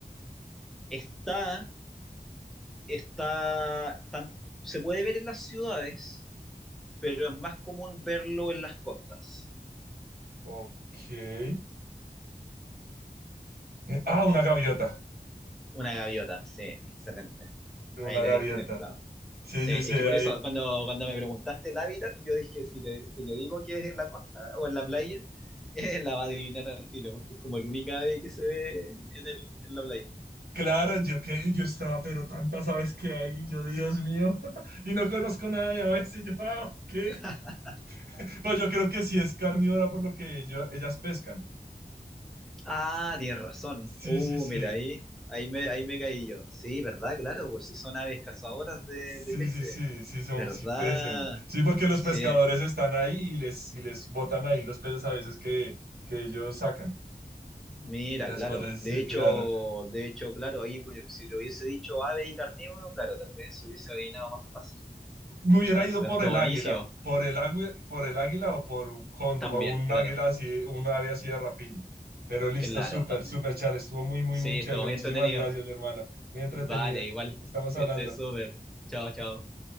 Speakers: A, in the centre; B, on the right.
A: Está, está, tan- se puede ver en las ciudades, pero es más común verlo en las costas.
B: ok. Eh, Ah, una gaviota.
A: Una gaviota, sí, excelente.
B: Una
A: Ahí le
B: gaviota.
A: diste en el clavo.
B: Sí,
A: Sí,
B: sí, sí,
A: es
B: ahí.
A: que por eso cuando, cuando me preguntaste el hábitat, yo dije, si, te- si le digo que es en la costa o en la playa, <laughs> eh, la va a adivinar al tiro, porque es como el único ave que se ve en, el- en la playa.
B: Claro, yo que yo estaba, pero tantas aves que hay, yo, Dios mío, <laughs> y no conozco nada de aves, y yo, ah, ok.
A: <laughs>
B: <laughs> Pero yo creo que sí es carnívora por lo que ello- ellas pescan.
A: Ah, tienes razón.
B: Sí,
A: Uh,
B: sí, sí.
A: mira, ahí, ahí me,
B: eh,
A: ahí me caí yo. Sí, ¿verdad? Claro, pues si son aves cazadoras de,
B: Sí,
A: de peces.
B: sí, sí, sí, son,
A: ¿Verdad?
B: sí pesen. Sí, porque los
A: Sí,
B: pescadores están ahí y les, y les botan ahí los peces a veces que, que ellos sacan.
A: mira,
B: Después,
A: claro. De
B: sí,
A: hecho,
B: claro.
A: de hecho, claro, ahí cu- si te hubiese dicho ave y carnívoro, claro, tal vez hubiese adivinado más fácil también.
B: Me hubiera
A: Ya,
B: ido
A: pero
B: por
A: estuvo
B: el
A: buenísimo.
B: águila, por el águila, por el águila o por un cóndor
A: También,
B: o un
A: claro.
B: águila así, un ave así de rapiña. Pero listo,
A: Claro,
B: súper,
A: también.
B: súper, Char. Estuvo muy, muy,
A: Sí,
B: muy chévere.
A: estuvo muy
B: Muchísimas
A: entretenido.
B: gracias, mi hermana. Muy entretenida.
A: Vale, igual.
B: Estamos
A: Que
B: hablando.
A: estés súper. Chao, chao.